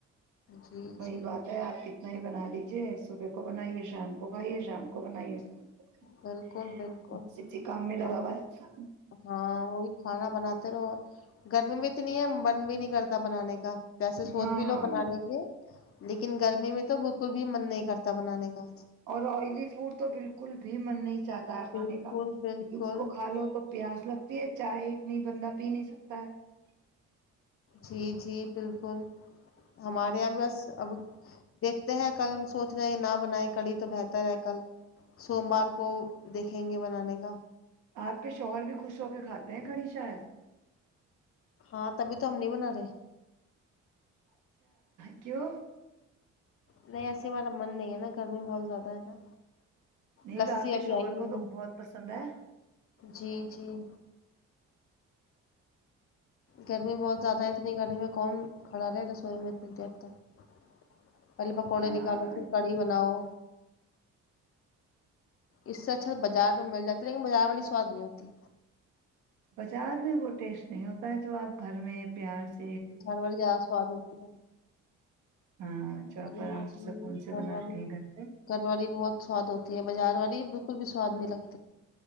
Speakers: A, on the left; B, on the right.
A: جی
B: وہی
A: جی
B: بات ہے آپ کی نہیں بنا لیجے صبح کو بنائیے شام کو کھائیے شام کو بنائیے کو کھائیے
A: بالکل بالکل
B: بس اسی کام میں لگا
A: ہم
B: ہوا ہے انسان۔
A: ہاں وہی کھانا بناتے رہو اور گرمی بھی اتنی ہے من بھی نہیں کرتا بنانے کا جیسے سوج
B: ہاں
A: بھی لو بنا دیں گے لیکن گرمی میں تو بالکل بھی من نہیں کرتا بنانے کا
B: اور آئلی فوڈ تو بالکل <unintelligible> بھی مننی <unintelligible> چاہتا ہے کھانے
A: بالکل
B: کا کیکہ
A: بالکل
B: اس کو کھا لو تو پیاس لگتی ہے چائے نہیں بندہ پی نہیں سکتا ہے <unintelligible>
A: جی جی بالکل ہمارے یہاں بھی بس اب دیکھتے ہیں کل سوچ رہے ہیں کہ نہ بنائے کڑی تو بہتر ہے کل سوموار کو دیکھیں گے بنانے کا
B: آپ کے شوہر بھی خوش ہو کے کھاتے ہیں کھڑی شاید
A: ہاں تبھی تو ہم نہیں بنا رہے
B: <unintelligible> پکو
A: نہیں ایسے ہمارا من نہیں ہے نا گرمی بہت زیادہ ہے نا
B: نہیں
A: لسی
B: تو آپ کے
A: ابھی
B: شوہور
A: آئی نہیں
B: کو تو
A: ہے
B: بہت پسند ہے
A: جی جی گرمی بہت زیادہ ہے اتنی گرمی میں کون کھڑا رہے رسوئی میں اتنی دیر تک پہلے پکوڑے
B: ہاں
A: نکالو پھر کڑھی بناؤ اس سے اچھا تو بازار میں مل جاتا لیکن بازار والی سواد نہیں ہوتی
B: بازار میں وہ ٹیسٹ نہیں ہوتا ہے جو آپ گھر میں پیاز
A: گھر والی زیادہ سواد ہوتی ہے
B: ہاں جو آپ
A: جی
B: آرام سے
A: جی
B: سکون سے
A: گھر
B: بناتے
A: والی
B: ہیں گھر پہ
A: گھر والی بہت سواد ہوتی ہے بازار والی بالکل بھی سواد نہیں لگتا